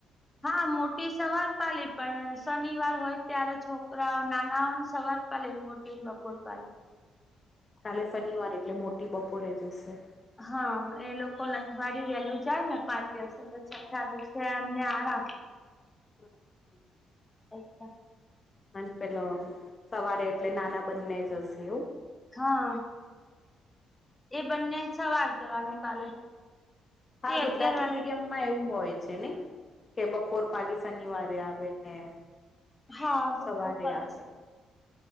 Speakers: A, on the left; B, on the left.
A: હા મોટી સવાર પાલી, પણ શનિવાર હોય ત્યારે છોકરા નાનાઓ ને સવાર પાલી ને મોટી ને બપોર પાલી.
B: કાલે શનિવાર એટલે મોટી બપોરે જશે.
A: હા એ લોકો ને અથવાડિયું વહેલું જાય ને પાચ દિવસે. એટલે છકા દુસરાને આરામ
B: <unintelligible>
A: અચ્છા
B: અને પેલો સવારે એટલે નાના બંને જશે એવું?
A: હા એ બંને સવાર જવાનું કાલે.
B: હા
A: એ અગિયાર
B: ગુજરાતી
A: વાગે
B: મીડિયમ મા એવું હોય છે ને, કે બપોર પાલી શનિવારે આવે ને
A: હા બપોરપાલી
B: સવારે આવે
A: સ